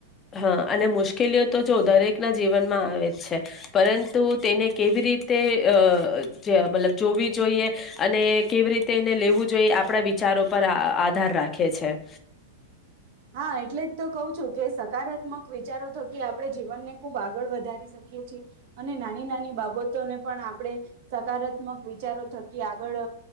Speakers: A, on the left; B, on the right.
A: હા, અને મુશ્કેલીઓ તો જો દરેકના જીવનમાં આવે જ છે, પરંતુ તેને કેવી રીતે. તે આ મતલબ જોવી, જોઈએ અને કેવી રીતે, એને લેવું જોઈએ આપ આપણા વિચારો, પર આધાર રાખે છે
B: હા, એટલે જ તો કવ છું. કે સકારાત્મક વિચારો થકી આપણે જીવનને ખૂબ આગળ વધારી શકીએ છીએ અને નાની નાની બાબતોને પણ આપણે સકારાત્મક વિચારો થકી આગળ